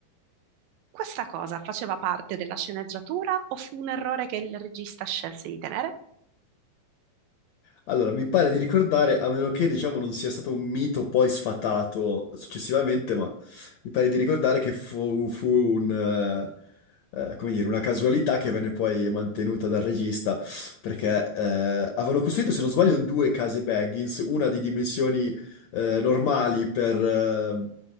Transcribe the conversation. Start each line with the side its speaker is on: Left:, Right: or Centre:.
Right: Questa cosa faceva parte della sceneggiatura o fu un errore che il regista scelse di tenere?
Left: Allora, mi pare di ricordare, a meno che diciamo non sia stato un mito poi sfatato successivamente, ma mi pare di ricordare che fu, fu un, eh, eh, come dire, una casualità che venne poi mantenuta dal regista, perché eh, avevano costruito, se non sbaglio, due case Baggins, una di dimensioni eh, normali per, eh,